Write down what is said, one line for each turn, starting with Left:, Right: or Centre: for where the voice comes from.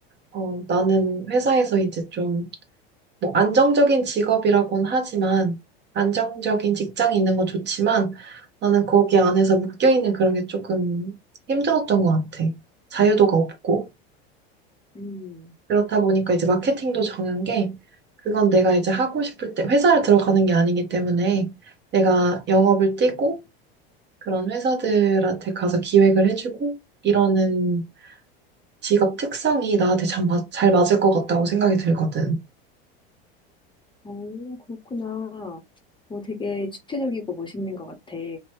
Right: 어, 나는 회사에서 이제 좀 뭐 안정적인 직업이라고는 하지만 안정적인 직장이 있는 건 좋지만 나는 거기 안에서 묶여 있는 그런 게 조금 힘들었던 것 같아. 자유도가 없고
Left: 음,
Right: 그렇다 보니까 이제 마케팅도 정한 게 그건 내가 이제 하고 싶을 때 회사를 들어가는 게 아니기 때문에 내가 영업을 뛰고 그런 회사들한테 가서 기획을 해주고 이러는 직업 특성이 나한테 참 맞- 잘 맞을 것 같다고 생각이 들거든.
Left: 오, 그렇구나. 뭐 되게 주체적이고 멋있는 것 같아.